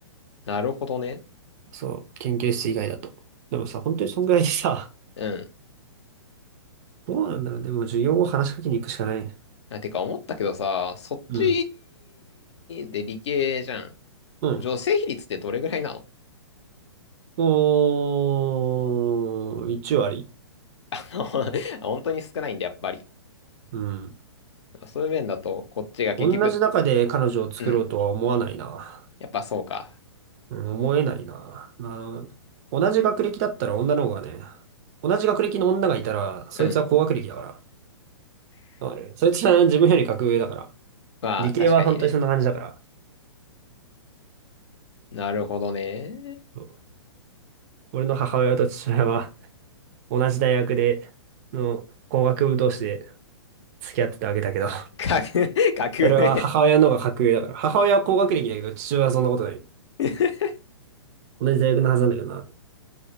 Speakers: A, on the left (about 75°); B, on the right (about 35°).
A: なるほどね。
B: そう、研究室以外だと。でもさ、本当にそんぐらいでさ、<laughs>
A: うん。
B: どうなんだろうね。もう授業後話しかけに行くしかない。
A: あてか思ったけどさ、そっち
B: うん。
A: で理系じゃん。
B: うん。
A: 女性比率ってどれぐらいなの
B: おー、1割。
A: あの、<laughs> 本当に少ないんで、やっぱり。
B: うん。
A: そういう面だと、こっちが結局、
B: 同じ中で彼女を作ろうとは思わないな。
A: うん、やっぱそうか。
B: うん、思えないな。な、同じ学歴だったら女の方がね、同じ学歴の女がいたら、そいつは高学歴だから。
A: うん
B: わかるそいつは自分より格上だから。
A: まあ、
B: 理系は本当にそんな感じだから。
A: 確かにね。なるほどね。
B: うん俺の母親と父親は同じ大学で、の工学部同士で付き合ってたわけだけど、
A: 格、<laughs> 格上
B: それは母親の方が格上だから、母親は工学歴だけど、父親はそんなことない。
A: <laughs>。
B: 同じ大学のはずなんだけどな、